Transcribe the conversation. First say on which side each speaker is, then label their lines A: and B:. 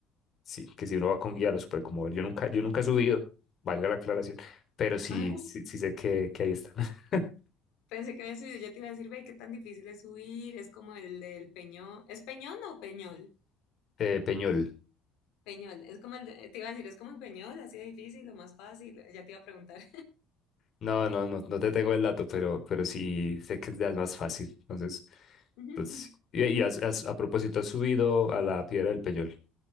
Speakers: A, on the left (about 40°); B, on the left (about 75°).
A: sí, que si uno va con guía los puede como ver. Yo nunca, yo nunca he subido, valga la aclaración, pero sí,
B: Ah,
A: sí, sí sé que, que ahí están. <laughs>
B: pensé que había subido, ya te iba a decir, ve, qué tan difícil es subir, es como el del Peñón. ¿Es Peñón o Peñol?
A: Eh, Peñol.
B: Peñol, es como el, de- te iba a decir, es como el Peñol, así de difícil o más fácil, ya te iba a preguntar.
A: No, no, no, no te tengo el dato, pero, pero sí sé que es de las más fácil. Entonces,
B: <laughs>
A: pues, sí. y, y has- has- a propósito, has subido a la Piedra del Peñol,